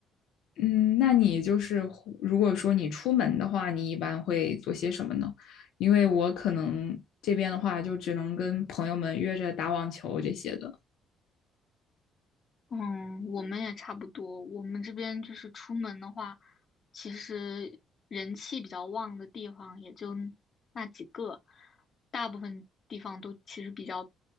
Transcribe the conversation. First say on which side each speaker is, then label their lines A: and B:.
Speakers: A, on the left; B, on the left.
A: 嗯，那你就是如果说你出门的话，你一般会做些什么呢？因为我可能这边的话，就只能跟朋友们约着打网球这些的。
B: 嗯，我们也差不多。我们这边就是出门的话，其实人气比较旺的地方也就那几个，大部分地方都其实比较